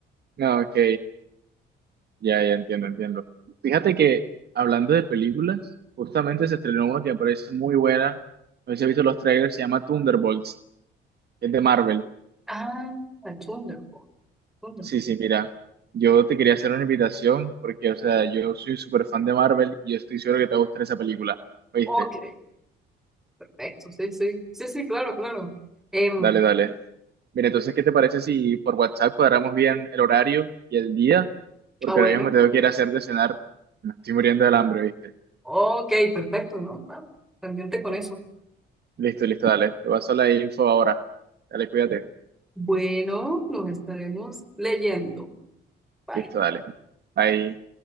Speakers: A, on the right; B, in the centre.
A: No, ok, ya, ya entiendo, entiendo. Fíjate que hablando de películas, justamente se estrenó una que me parece muy buena. No sé si has visto los trailers, se llama Thunderbolts, es de Marvel.
B: Ah, Thunderbolt. Thunderbolt.
A: Sí, sí, mira, yo te quería hacer una invitación porque, o sea, yo soy súper fan de Marvel y yo estoy seguro que te va a gustar esa película. ¿Oíste?
B: Ok, perfecto. Sí, sí. Sí, sí, claro, claro. Em,
A: Dale, dale. Mira, entonces, ¿qué te parece si por WhatsApp cuadramos bien el horario y el día? Porque
B: ah, bueno.
A: ahora mismo me tengo que ir a hacer de cenar. Me estoy muriendo del hambre, ¿viste?
B: Ok, perfecto, ¿no? Ah, pendiente con eso.
A: Listo, listo, dale. Te paso la info ahora. Dale, cuídate.
B: Bueno, nos estaremos leyendo. Bye.
A: Listo, dale. Ahí.